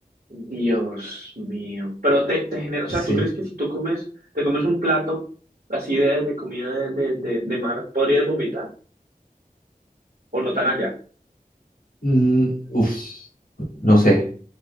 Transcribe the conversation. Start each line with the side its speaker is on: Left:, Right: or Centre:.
Right: Dios mío. Pero te, te genera, o sea,
Left: Sí.
Right: ¿tú crees que si tú comes, te comes un plato así de, de comida de, de, de, de mar, podrías vomitar? ¿O no tan allá?
Left: Mm, uf, no sé.